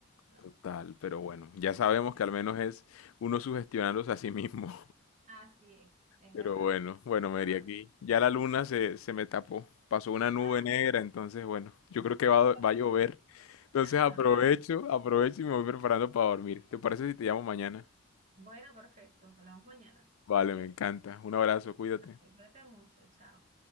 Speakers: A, on the right (about 35°); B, on the left (about 75°).
A: ¿no?
B: Total, pero
A: no
B: bueno,
A: así.
B: ya sabemos que al menos es uno sugestionándose a sí mismo.
A: Así es, es
B: Pero
A: verdad.
B: bueno, bueno,
A: Toda
B: Mary,
A: la
B: aquí
A: razón.
B: ya la luna se, se me tapó. Pasó una nube
A: Ah,
B: negra, entonces bueno, yo creo que va, a-
A: ok.
B: va a llover. Entonces
A: <laughs>
B: aprovecho,
A: Ajá.
B: aprovecho y me voy preparando para dormir. ¿Te parece si te llamo mañana?
A: Bueno, perfecto. Hablamos mañana.
B: Vale,
A: Ok.
B: me encanta. Un abrazo, cuídate.
A: Cuídate mucho. Chao.